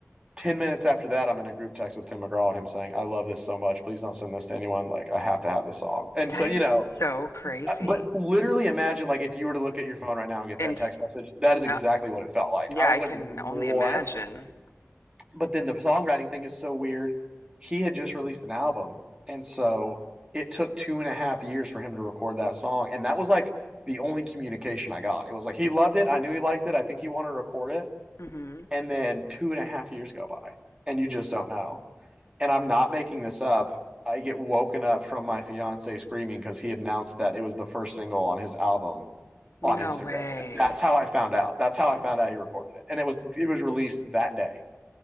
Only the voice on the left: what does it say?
That
is
so crazy.
And
s-
no,
yeah,
I can
only imagine.
hmm
No
way.